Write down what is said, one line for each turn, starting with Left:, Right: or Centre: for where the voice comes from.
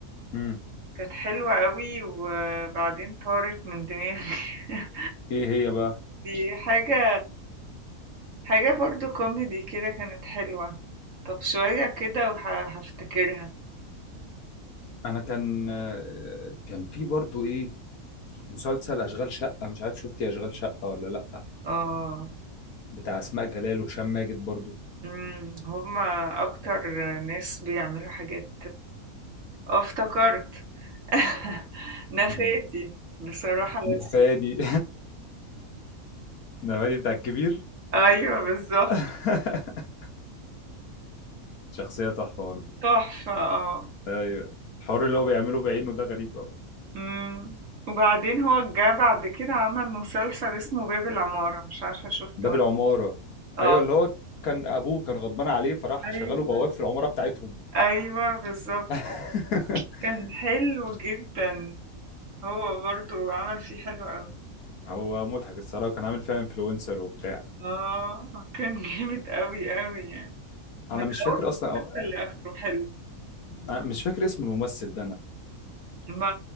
Left: امم
Right: كانت حلوة أوي وبعدين طارت من دماغي. <laughs>
Left: ايه هي بقى
Right: دي حاجة حاجة برضه كوميدي كده كانت حلوة. طَب شوية كده وه هافتكرها.
Left: انا كان آه، كان في برضو ايه مسلسل اشغال شقه مش عارف شفتي اشغال شقه ولا لا
Right: آه.
Left: بتاع اسماء جلال وهشام ماجد برضو
Right: إمم، هم أكتر ناس بيعملوا حاجات آه، افتكرت <laughs> نفادي
Left: <laughs>
Right: بصراحة لذيذ
Left: نفادي <laughs> نفادي بتاع الكبير
Right: أيوه بالظبط
Left: <laughs> شخصيه تحفه برضو
Right: تحفة اه
Left: ايوه الحوار اللي هو بيعمله بعينه ده غريب
Right: أمم. وبعدين هو جه بعد كده عمل مسلسل اسمه باب العمارة مش عارفة شفته
Left: باب
Right: ولا-
Left: العمارة
Right: اه
Left: ايوه اللي هو كان ابوه كان غضبان عليه فراح
Right: أيوه
Left: شغله بواب في العمارة بتاعتهم
Right: أيوه بالظبط
Left: <laughs>
Right: كان حلو جدا هو برضو عمل فيه حلو قوي
Left: هو مضحك الصراحة كان عامل فيها انفلونسر وبتاع
Right: اه كان جامد قوي قوي يعني
Left: انا
Right: من
Left: مش فاكر
Right: أول المسلسل
Left: اصلا أو...
Right: لآخره حلو
Left: أنا مش فاكر اسم الممثل ده انا
Right: ما